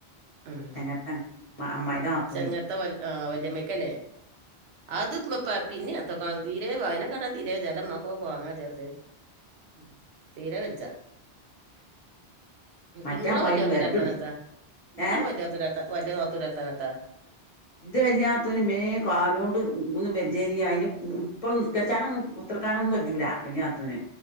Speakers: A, on the right; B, on the left.
A: ഉം
B: എങ്ങത്തെ മ്മ അമ്മായിന്റ നാത്തുനെ
A: ചെങ്ങത്തെ വല് ആ വല്യമ്മയ്ക്കല്ലേ അത് ഇമ്മപ്പാ പിന്നെ എത്തക്ക തീരെ അയ്നക്കണ്ട തീരേ ജലം മ്മക്കൊ പോവാങ്കജ്ജാത്തെ.
B: ഉം
A: തീരെ വെജ
B: മറ്റേ
A: ഇങ്ങള്
B: അമ്മായിയൊന്നും
A: വല്ല്യാത്തൂൻ്റെ
B: വരലുല്ല
A: വർത്താനത്താ നിങ്ങള്
B: ഏ
A: വല്ലാത്ത ല്ലാത്ത മറ്റെ നാത്തൂൻ്റെ വർത്താനത്താ
B: എൻ്റെ വലൃ നാത്തൂന് മേ കാലൊണ്ട് ഒന്ന് ബജനയിന് ഇപ്പം നിസ്ക്കരിച്ചാനൊന്നും കുത്തിരിക്കാനൊന്നും കജൂല വല്യ നാത്തൂന്